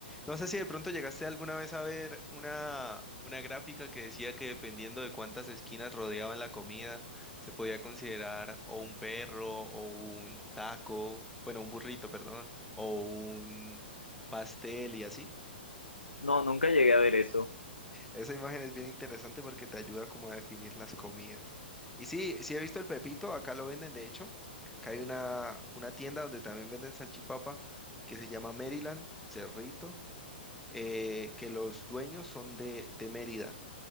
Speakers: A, in the centre; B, on the left.
A: No sé si de pronto llegaste alguna vez a ver una, una gráfica que decía que dependiendo de cuántas esquinas rodeaban la comida, se podía considerar o un perro, o un taco, bueno, un burrito, perdón, o un pastel y así.
B: No, nunca llegué a ver eso.
A: Esa imagen es bien interesante porque te ayuda como a definir las comidas. Y sí, sí he visto el pepito, acá lo venden, de hecho. Acá hay una, una tienda donde también venden salchipapa que se llama Maryland, Cerrito. eh, que los dueños son de, de Mérida